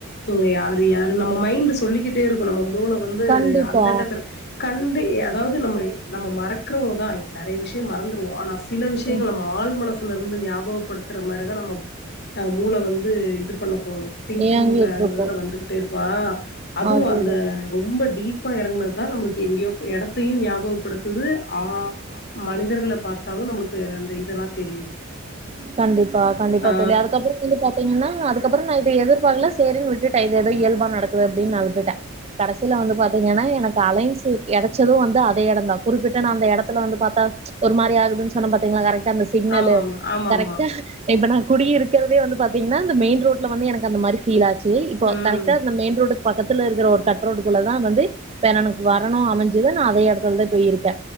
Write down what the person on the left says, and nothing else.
இவங்க யாரு யாரு நம்ம மைண்ட் சொல்லிக்கிட்டே இருக்கு நம்ம முல வந்து
அந் கட்டத்துல கண்டு அதாவது நம்ம நம்ம மறக்கறவங்க தா நிறைய விஷயோ மறந்துருவோ ஆனா ஸ சில விஷயங்கள்
நம்ம ஆள் மன சிலது ஞாபகப்படுத்துற மாரிதா நம்ம மூள வந்து இது பண்ண தோணு திங்கிங்ல
அதுல வந்துகிட்டே இரு வா அதுவு
அந்த ரொம்ப டீப் ப்ப எருனாக்க நம்மளுக்கு எங்கயோ எடத்தயு ஞாபகப்படுத்துது ஆ மனிதர்கள பாத்தாலு நமக்கு அந்த இதலா தெரியுது
ஆ
ஆமாமா ஆமாமா
ம்